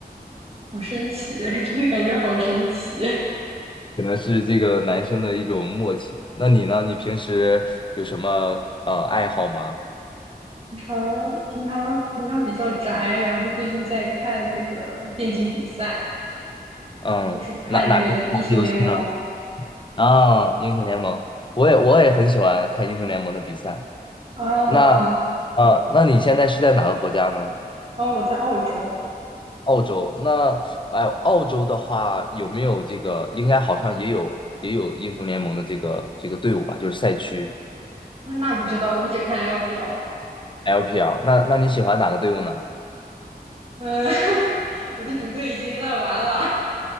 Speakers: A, on the right; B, on the left.
A: 好神奇，<laughs> 真的感觉好神奇。
B: 可能是这个男生的一种默契。那你呢？你平时有什么呃爱好吗？
A: 平常平常平常比较宅，然后最近在看那个电竞比赛，
B: 嗯，
A: 就是看那个英雄联盟
B: 哪哪个哪个游戏呢？啊，英雄联盟，我也我也很喜欢看英雄联盟的比赛。
A: 啊哦，
B: 那啊，那你现在是在哪个国家呢？
A: 啊我在澳洲，
B: 澳洲。那哎，澳洲的话有没有这个？应该好像也有也有英雄联盟的这个这个队伍吧，就是赛区
A: 那那不知道，我只看 LPL。
B: LPL。那那你喜欢哪个队伍呢？
A: 嗯，<laughs> 我的主队已经烂完了，